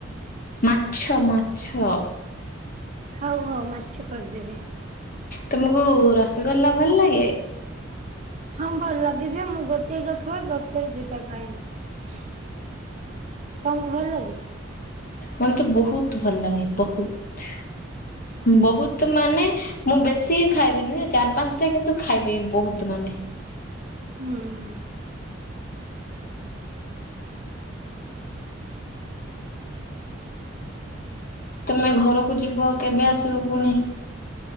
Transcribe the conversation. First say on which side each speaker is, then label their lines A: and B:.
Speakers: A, on the left; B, on the right.
A: ମାଛ ମାଛ।
B: ହଉ ହଉ ମାଛ କରିଦେବି।
A: ତୁମକୁ ରସଗୋଲା ଭଲ ଲାଗେ?
B: ହଁ ଭଲ ଲାଗେ ଯେ ମୁଁ ଗୋଟେକା ଖାଏ ଗୋଟେ ରୁ ଦିଟା ଖାଏନି। ତମକୁ ଭଲ ଲାଗେ?
A: ମତେ ତ ବହୁତ ଭଲ ଲାଗେ ବହୁତ। ବହୁତ ମାନେ ମୁଁ ବେଶୀ ଖାଇବିନି ଚାରି ପାଞ୍ଚ ଟା କିନ୍ତୁ ଖାଇଦେବି ବହୁତ ମାନେ।
B: ହୁଁ ହୁଁ।
A: ତୁମେ ଘରକୁ ଯିବ କେବେ ଆସିବ ପୁଣି?